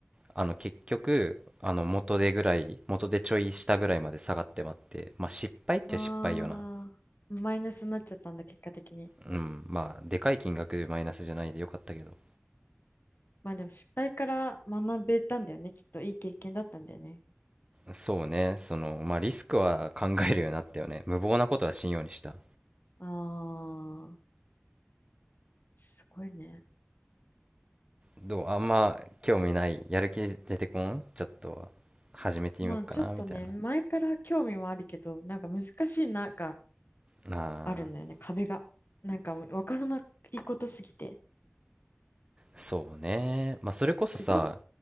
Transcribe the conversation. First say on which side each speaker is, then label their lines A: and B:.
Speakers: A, on the right (about 25°); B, on the left (about 60°).
A: あの結局あの元手ぐらい元手ちょい下ぐらいまで下がってまってまあ失敗っちゃ失敗よな
B: あ、わあ。マイナスになっちゃったんだ、結果的に。
A: うんまあでかい金額でマイナスじゃないでよかったけど
B: まあでも失敗から学べたんだよね。きっといい経験だったんだよね。
A: そうねそのまあリスクは考えるようになったよね無謀なことはしんようにした
B: ああ、すごいね。
A: どうあんま興味ないやる気出てこんちょっと始めてみようかなみたい
B: まあちょっとね、前から興味もあるけど、なんか難しいな、
A: なあー
B: あるんだよね、壁が。なんかもう分からないことすぎて。
A: そうねまあそれこそさ
B: えど